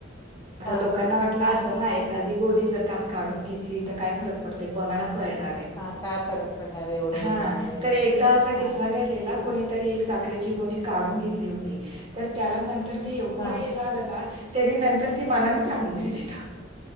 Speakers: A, on the right (about 30°); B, on the left (about 20°).
A: आता
B: हा
A: लोकांना वाटल
B: हा
A: असल
B: हा
A: ना एखादी कोणी जर काम काढून घेतली तर काय फरक पडतो कोणाला कळणार हाय
B: हा काय फरक पडणार आहे एवढ्या
A: हा
B: ह्याच्यामध्ये
A: तर एकदा असा किसा
B: हा
A: घडलेला
B: हा
A: कोणीतरी एक साखरेची गोणी काढून घेतली होती तर त्याला नंतर ते योगं
B: हा
A: हे झालं ना त्यानी नंतर ती मनाने सांगून त चिथ